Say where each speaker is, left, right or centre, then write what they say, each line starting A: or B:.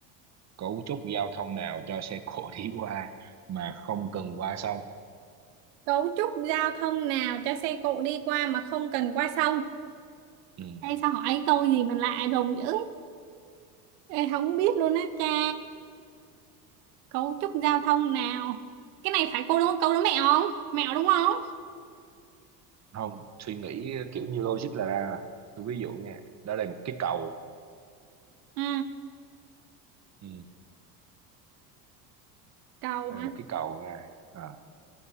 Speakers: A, on the right (about 35°); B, on the right (about 70°).
A: cấu trúc giao thông nào cho xe cộ <laughs> đi qua mà không cần qua sông
B: cấu trúc giao thông nào cho xe cộ đi qua mà không cần qua sông
A: ừ.
B: Ê sao hỏi câu gì mà lạ lùng dữ Ê không biết luôn á cha Cấu trúc giao thông nào Cái này phải câu đố câu đố mẹo không Mẹo đúng không
A: không suy nghĩ kiểu như logic là ra tôi ví dụ nha đó là một cái cầu
B: Ừ
A: ừ.
B: cầu
A: đây
B: hả
A: là một cái cầu ra à,